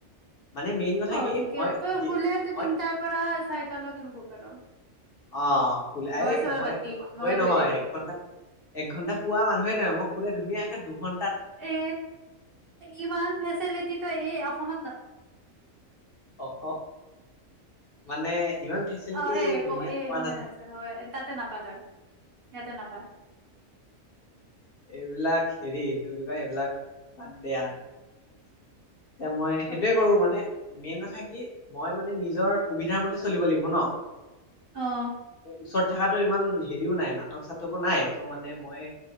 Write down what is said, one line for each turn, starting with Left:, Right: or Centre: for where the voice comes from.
Left: মানে মেইন কথা
Right: অ
Left: কি
Right: ঠিকে
Left: মই
Right: তই শুলে ত
Left: মই
Right: তিনটাৰ পৰা চাৰিটালকে শো পাৰ।
Left: অ শুলে
Right: মোবাইল
Left: এই
Right: চোবাইল
Left: মই
Right: বাদ দি
Left: মানুহে
Right: মোবাইল
Left: নহয়
Right: লৈ ল'লি।
Left: এক ঘণ্টা একঘণ্টা হুৱা মানুহে নহয় মই শুলে ধুনীয়াকে এ দুখন
Right: এ ইমান ফেচিলিটি তই এই অসমত ন
Left: অসম মানে ইমান ফেচিলিটি
Right: অ এ
Left: দুুনীয়াত
Right: ক এই
Left: পোৱা
Right: এইখনে
Left: নাযায়
Right: আছে হয় তাতে নাপা তই। ইয়াতে নাপা।
Left: এইবিলাক হেৰি এইটো কি বুলি কৈ এইবিলাক বাদ দে আৰু। এ মই সেইটোয়ে
Right: বাদ দে
Left: কৰো
Right: আৰু
Left: মানে মেইন থাকি মই মানে নিজৰ সুবিধাৰ মতে চলিব লাগিব ন।
Right: অ
Left: ওচৰত থকাটো ইমান হেৰিও নাই, নাটক-চাটকো নাই। তো মানে মই